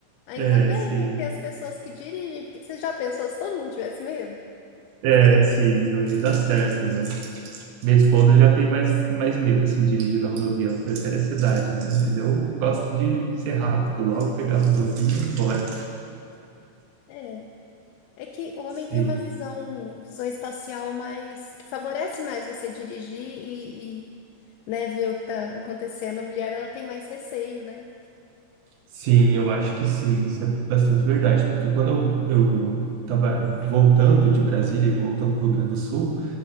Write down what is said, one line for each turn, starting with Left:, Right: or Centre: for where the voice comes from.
Left: Ainda
Right: É,
Left: bem,
Right: sim.
Left: né, que tem as pessoas que dirigem, porque você já pensou se todo mundo tivesse medo?
Right: É, sim, não ia dar certo, né? Minha esposa já tem mais, mais medo, assim, de dirigir na rodovia. Ela prefere a cidade, né? Mas eu gosto de ser rápido logo, pegar a rodovia e ir embora.
Left: É. É que o homem
Right: Sim.
Left: tem uma visão, visão espacial mais, que favorece mais você dirigir e, e né, ver o que tá acontecendo, a mulher ela tem mais receio, né?
Right: Sim, eu acho que sim, isso é bastante verdade, porque quando eu, eu estava voltando de Brasília e voltando para o Rio Grande do Sul,